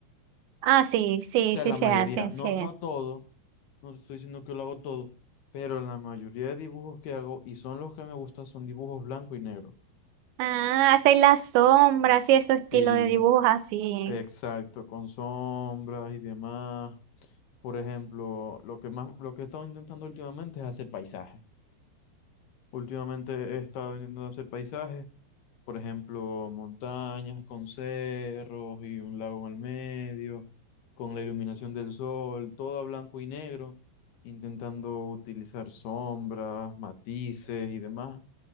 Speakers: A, on the right (about 80°); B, on the left (about 65°).
A: Ah, sí, sí,
B: sea,
A: sí
B: la
A: se
B: mayoría,
A: hacen,
B: no,
A: sí.
B: no todo, no te estoy diciendo que lo hago todo, pero la mayoría de dibujos que hago y son los que me gustan son dibujos blanco y negro.
A: Ah, hacen las sombras y esos estilos
B: Sí,
A: de dibujos así.
B: exacto, con sombras y demás. Por ejemplo, lo que más, lo que he estado intentando últimamente es hacer paisajes. Últimamente he estado intentando hacer paisajes, por ejemplo, montañas con cerros y un lago en el medio, con la iluminación del sol, todo a blanco y negro, intentando utilizar sombras, matices y demás,